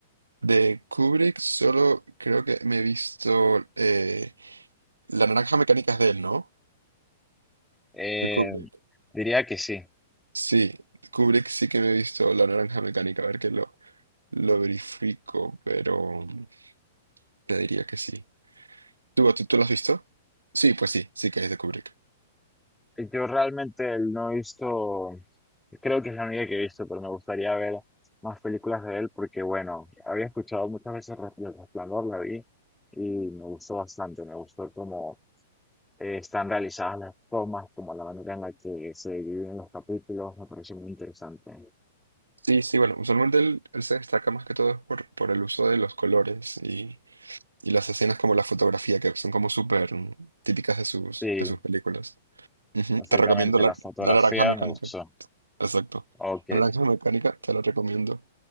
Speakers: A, on the right; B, in the centre.
A: De Kubrick solo creo que me he visto eh, La naranja mecánica es de él, ¿no?
B: Eh,
A: De Kubrick.
B: diría que sí.
A: Sí, Kubrick sí que me he visto La naranja mecánica. A ver que lo, lo verifico, pero mm, te diría que sí. ¿Tú, tú, tú lo has visto? Sí, pues sí, sí que es de Kubrick.
B: eh, Yo realmente no he visto, creo que es la única que he visto, pero me gustaría ver más películas de él porque, bueno, había escuchado muchas veces Re- El Resplandor, la vi y me gustó bastante, me gustó cómo eh, están realizadas las tomas, como la manera en la que se dividen los capítulos, me pareció muy interesante.
A: Sí, sí, bueno, usualmente él, él se destaca más que todo por, por el uso de los colores y, Y las escenas como la fotografía, que son como súper típicas de sus,
B: Sí,
A: de sus películas. Ujú,
B: exactamente,
A: Te recomiendo la,
B: la fotografía
A: la Naranja Mecánica.
B: me gustó.
A: Exacto.
B: Ok, es-
A: La Naranja Mecánica te la recomiendo.